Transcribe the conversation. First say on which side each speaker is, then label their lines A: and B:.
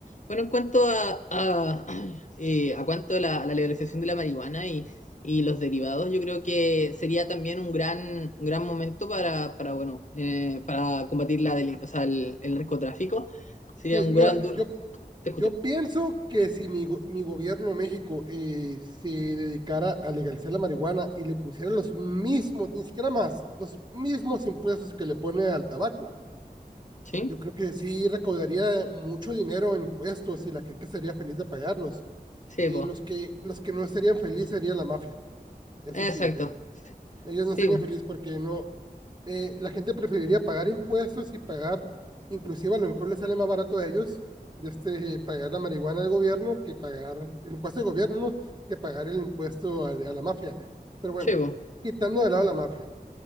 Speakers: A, on the left; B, on the right.
A: Bueno, en cuanto a, a, <clears throat> eh, a cuanto a la, la legalización de la marihuana y, y los derivados, yo creo que sería también un gran, un gran momento para, para bueno, eh, para combatir la delin- o sea, el, el narcotráfico. Sería
B: sí,
A: un
B: mira,
A: gran
B: yo,
A: duro.
B: yo,
A: Te escucho.
B: yo pienso que si mi, go- mi gobierno México eh, se dedicara a legalizar la marihuana y le pusiera los mismos, ni siquiera más, los mismos impuestos que le pone al tabaco,
A: ¿Sí?
B: yo creo que sí recaudaría mucho dinero en impuestos y la gente sería feliz de pagarlos.
A: Sí,
B: Eh,
A: pues.
B: los que, los que no serían felices sería la mafia. Eso
A: Exacto.
B: sí, eh, Ellos
A: Sí,
B: no serían
A: po.
B: felices porque no, eh, la gente preferiría pagar impuestos y pagar, inclusive a lo mejor les sale más barato a ellos de este, pagar la marihuana del gobierno que pagar el impuesto del gobierno, ¿no? que pagar el impuesto a, a la mafia. Pero bueno,
A: sí, po.
B: quitando de lado la mafia,